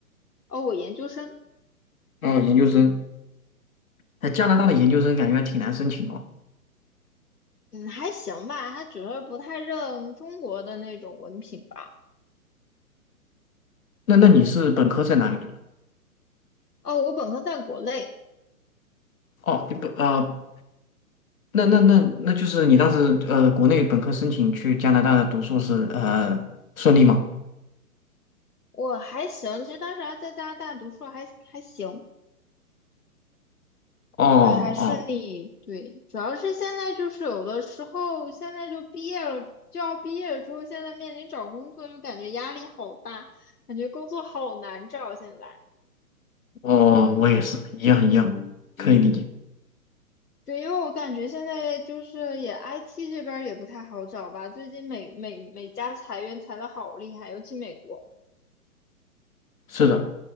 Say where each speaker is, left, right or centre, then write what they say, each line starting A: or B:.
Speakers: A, on the left (about 80°); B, on the left (about 65°).
A: 哦，我研究生。
B: 哦，研究生。哎，加拿大的研究生感觉还挺难申请哦。
A: 嗯，还行吧，他只是不太认中国的那种文凭吧。
B: 那那你是本科在哪里读的？
A: 哦，我本科在国内，
B: 哦，你本啊、呃那那那那就是你当时呃国内本科申请去加拿大的读硕士，呃，顺利吗？
A: 我还行，其实当时还在加拿大读书还还行，
B: 哦
A: 对，还顺利，
B: 哦
A: 对，主要是现在就是有的时候现在就毕业了，就要毕业了之后，现在面临找工作就感觉压力好大，感觉工作好难找现在。
B: 哦，我也是一样一样，可以理解。
A: 对，因为我感觉现在就是也 IT 这边儿也不太好找吧，最近每每每家裁员裁的好厉害，尤其美国。
B: 是的，